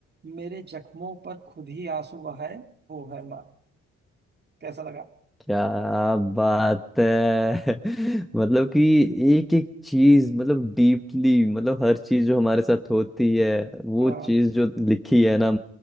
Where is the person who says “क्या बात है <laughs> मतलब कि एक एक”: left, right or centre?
Centre